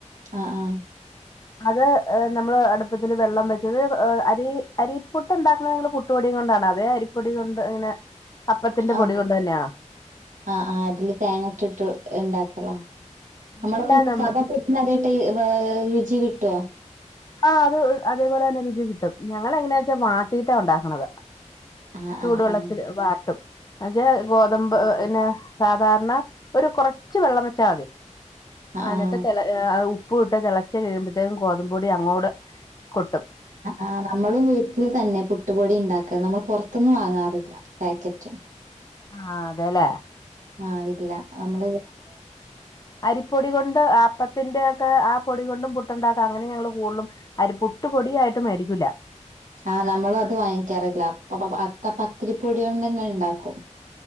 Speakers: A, on the right (about 85°); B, on the left (about 30°).
A: അ അ
B: അത് നമ്മള് അടുപ്പത്തിൽ വെള്ളം വെച്ചത് അരി അരിപ്പൊട്ട് ഉണ്ടാക്കണ നിങ്ങൾ പുട്ടുപൊടിയും കൊണ്ടാണ് അതെ അരിപ്പൊട കൊണ്ട് ഇങ്ങനെ അപ്പത്തിന്റെ
A: അതെ
B: പൊടി കൊണ്ട് തന്നെയാണോ
A: ആ ആ അതില് തേങ്ങട്ടിട്ട് ഉണ്ടാക്കല
B: അങ്ങനെയല്ല
A: നമ്മള
B: നമ്മ
A: സാധാ പട്ട രുചി കിട്ടോ
B: ആഹ് അത് അതേപോലെ തന്നെ രുചി കിട്ടും ഞങ്ങ എങ്ങനാ വെച്ചാ മാട്ടീട്ടാ ഉണ്ടാക്കണുന്നത്
A: ആഹ്
B: ചൂടുവെള്ളത്തിൽ
A: ആഹ് ആഹ്
B: വാട്ടും അതെ ഗോതമ്പ് പിന്നെ സാധാരണ ഒരു കുറച്ച് വെള്ളം വെച്ചാ മതി
A: ആഹ്
B: അ എന്നിട്ട് ചെല ആ ഉ പൂ ഇട്ട് തിളച്ച് കഴുമ്പത്തേക്കും ഗോതമ്പ് പൊടി അങ്ങോട് കൊട്ടും
A: ആ നമ്മള് വീട്ടിൽ തന്നെ പുട്ടുപൊടി ഉണ്ടാക്ക നമ്മൾ പുറത്തൊന്നും വാങ്ങാറില്ല പാക്കറ്റ്
B: ആ അതെല്ലേ
A: ആ ഇല്ല നമ്മള്
B: അരിപ്പൊടി കൊണ്ട് അപ്പത്തിന്റെയൊക്കെ ആ പൊടി കൊണ്ടും പുട്ടുണ്ടാക്കാം അങ്ങനെയ ഞങ്ങള് കൂടുതലും അരി പുട്ട് പൊടിയായിട്ട് മേടിക്കുല്ല
A: ആ നമ്മളത് വാങ്ങിക്കാറില്ല അപ്പൊ അത്ത പത്തിരിപ്പൊടികൊണ്ട് തന്നെ ഉണ്ടാക്കും